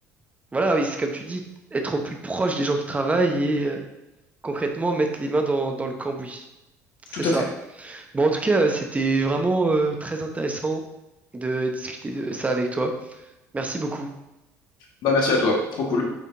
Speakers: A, on the right; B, on the left.
A: Voilà, oui, c'est comme tu dis, être au plus proche des gens qui travaillent et euh, concrètement mettre les mains dans, dans le cambouis. C'est
B: Tout
A: ça.
B: à fait.
A: Bon, en tout cas, euh, c'était vraiment euh, très intéressant de discuter de ça avec toi. Merci beaucoup.
B: Bah, merci à toi. Trop cool.